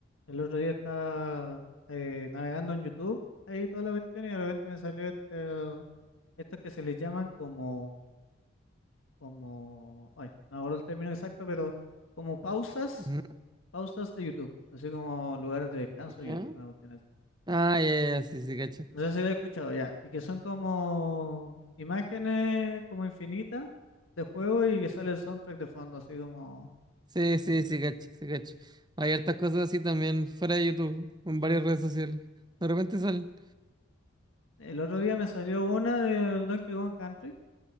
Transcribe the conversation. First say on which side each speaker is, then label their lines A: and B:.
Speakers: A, on the left; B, on the right.
A: El otro día estaba eh, navegando en YouTube, ahí toda la cuestión, y de repente me salió este, estos que se les llaman como, como, ay, no acuerdo el término exacto, pero como pausas,
B: Ujú,
A: pausas de YouTube, así como lugares de descanso
B: ¿Ya?
A: de YouTube, una cuestión así.
B: Ah, ya, ya, ya, sí, sí, cacho.
A: No sé si lo he escuchado ya, y que son como imágenes como infinitas de juego y que sale el soundtrack de fondo, así como...
B: Sí, sí, sí, cacho, sí, cacho. Hay hartas cosas así también fuera de YouTube, en varias redes sociales. De repente salen.
A: El otro día me salió una del Donkey Kong Country,